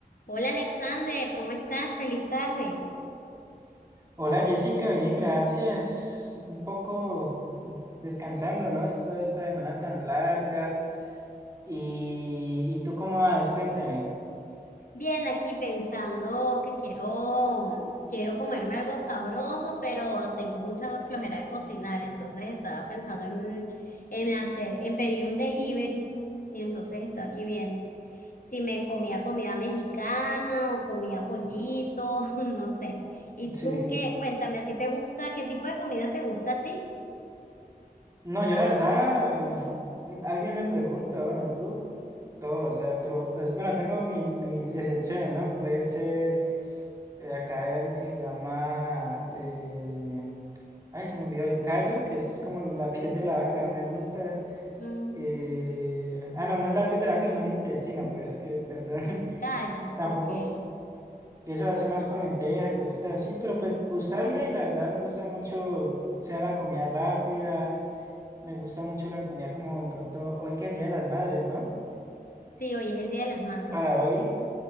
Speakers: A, on the left (about 60°); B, on the right (about 20°).
A: Hola Alexander, ¿cómo estás? Feliz tarde.
B: Hola Jessica, bien, gracias. Un poco mm, descansando, ¿no? Esta, esta semana tan larga. ¿Y, y tú cómo vas? Cuéntame.
A: Bien, aquí pensando que quiero, quiero comerme algo sabroso, pero tengo mucha flojera de cocinar, entonces estaba pensando en, en hacer, en pedir un delivery, y entonces estaba aquí viendo si me comía comida mexicana o comía pollito, <laughs> no sé. ¿Y
B: <laughs>
A: tú
B: Sí.
A: qué? Cuéntame, ¿a ti te gusta? ¿Qué tipo de comida te gusta a ti?
B: No, yo la verdad, <laughs> alguien me pregunta, bueno, tú, todo, o sea, pero, es- bueno, tengo mi- mis excepciones, ¿no? Puede ser, eh, acá hay algo que se llama, eh, ay, se me olvidó, el callo, que es como la <laughs> piel de la vaca, no me gusta.
A: Mm,
B: Eh, ah, no, no es la piel de la vaca, no el intestino, pues es que, perdón, <laughs>
A: el gallo,
B: tampoco,
A: ok.
B: y eso lo hace más con lentejas y cositas así, pero pues gustarme, la verdad me gusta mucho, sea la comida rápida, me gusta mucho la comida como de pronto, hoy que es el Día de las Madres, ¿no?
A: Sí, hoy es el Día de las Madres.
B: Para hoy